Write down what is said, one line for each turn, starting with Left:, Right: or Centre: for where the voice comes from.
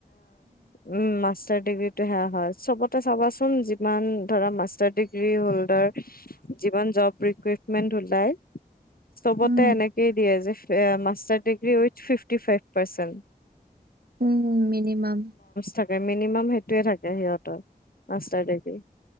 Left: উম মাষ্টাত চবতে সেয়া হয় চবতে চাবাচোন যিমান ধৰা মাষ্টাৰ ডিগ্ৰী হলদাৰ যিমান জব বোৰ যিমান ওলায় সবতে
Right: উম
Left: এনেকেই দিয়ে যে master degree with fifty five percent
Right: um minimum
Left: থাকে মিনিমাম সেইটোয়ে থাকে সিহঁতৰ মাষ্টাৰ ডিগ্ৰী